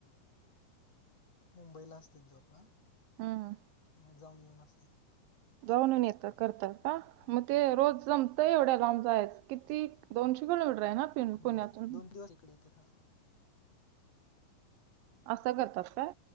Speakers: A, on the left; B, on the right.
A: मुंबईला असतेत जॉबला.
B: हूं!
A: म जाऊन येऊन असते.
B: जाऊनयुन येत करत का? म ते रोज जमतय एवढ्या लांब जायचं, किती दोनशे किलोमीटर आहे ना? पिन
A: हूं
B: पुण्यातून.
A: दोन दिवस इकडे येतेत हा.
B: असं करतात काय.